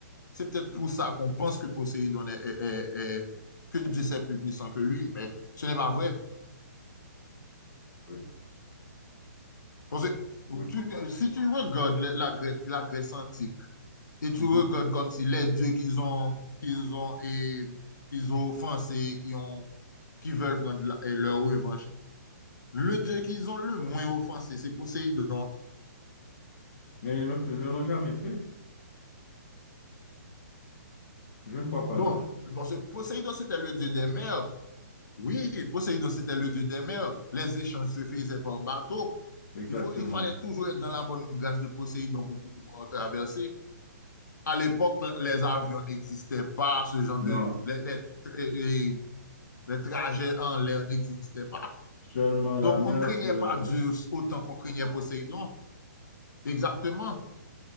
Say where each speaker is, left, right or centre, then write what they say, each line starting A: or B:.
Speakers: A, on the left (about 85°); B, on the left (about 55°).
A: C'est peut-être pour ça qu'on pense que Poséidon est, est- est- est- que Zeus est plus puissant que lui, mais ce n'est pas vrai.
B: Oui,
A: Parce que
B: oui.
A: tu- si tu regardes la, la Grèce, la Grèce antique, Et tu
B: Mhm.
A: regardes comme si les dieux qu'ils ont, qu'ils ont, et, qu'ils ont offensés, qui ont, qui veulent prendre la- et leur revanche. Le dieu qu'ils ont le moins offensé, c'est Poséidon.
B: Mais ils, ne ils ne l'ont jamais fait. Je ne crois pas,
A: Bon,
B: non?
A: parce que Poséidon, c'était le dieu des mers. Oui, Poséidon, c'était le dieu des mers. Les échanges se faisaient par bateau.
B: Exactement.
A: Il faut, il fallait toujours être dans la bonne grâce de Poséidon pour pouvoir traverser. À l'époque, les avions n'existaient pas, ce genre de,
B: Non.
A: les, les- et- et les trajets en l'air n'existaient pas.
B: Seulement la
A: Donc,
B: mer
A: on ne craignait
B: puis la
A: pas
B: terre.
A: Dieu autant qu'on craignait Poséidon. Exactement.